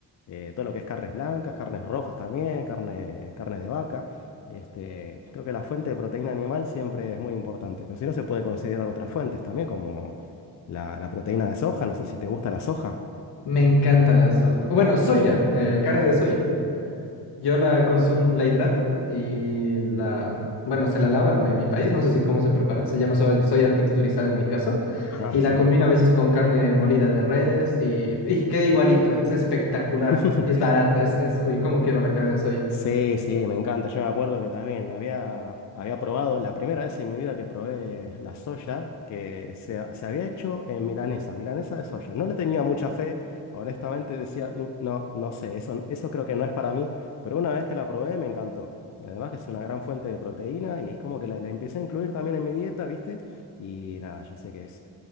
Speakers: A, on the left; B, on the left.
A: eh, todo lo que es carnes blancas, carnes rojas también, carne, carne de vaca. Este, creo que la fuente de proteína animal siempre es muy importante, pero si no se puede considerar otras fuentes también, como la, la proteína de soja, no sé si te gusta la soja.
B: Me encanta la soja. O Bueno, soya, eh, carne de soya. Yo la consumo, la hidrato y la, bueno, se la lava en mi país, no sé si cómo se prepara, se llama soya, soya texturizada en mi caso,
A: Ah,
B: y
A: sí.
B: la combino a veces con carne molida de res y, y queda igualito, es espectacular
A: <laughs>
B: y es barata, es, es, uy, cómo quiero la carne de soya.
A: Sí, sí, me encanta. Yo me acuerdo que también había, había probado, la primera vez en mi vida que probé la soya, que se, se había hecho en milanesa, milanesa de soya. No le tenía mucha fe, honestamente decía, "Mm, no, no sé, eso, eso creo que no es para mí, pero una vez que la probé me encantó. Y además que es una gran fuente de proteína y es como que la, la empecé a incluir también en mi dieta, ¿viste? Y nada, yo sé que es